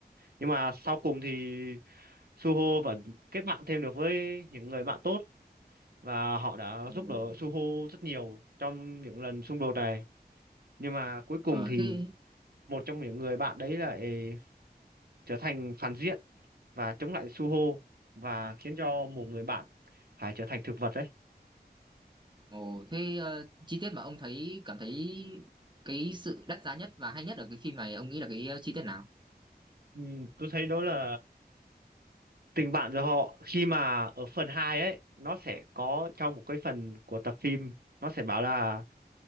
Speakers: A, on the right; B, on the right.
A: nhưng mà sau cùng thì Suho vẫn kết bạn thêm được với những người bạn tốt và họ đã
B: ồ,
A: giúp đỡ Suho rất nhiều trong những lần xung đột này. Nhưng mà cuối
B: ờ
A: cùng thì
B: thế
A: một trong những người bạn đấy lại trở thành phản diện và chống lại Suho và khiến cho một người bạn phải trở thành thực vật đấy.
B: ồ thế ờ, chi tiết mà ông thấy cảm thấy cái sự đắt giá nhất và hay nhất ở cái phim này ông nghĩ là cái ờ, chi tiết nào
A: Ừ, tôi thấy đó là tình bạn giữa họ khi mà ở phần 2 ấy nó sẽ có trong một cái phần của tập phim nó sẽ bảo là